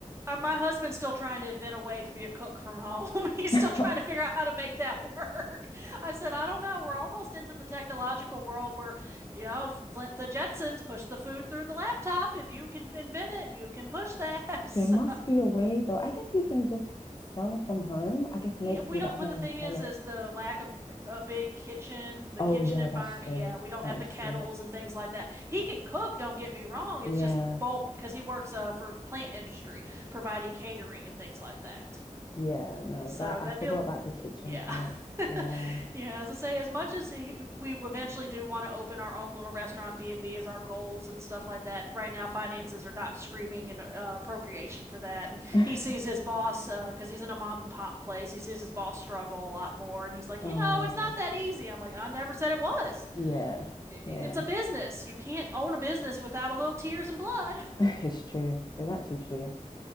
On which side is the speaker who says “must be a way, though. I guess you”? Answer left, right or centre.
Left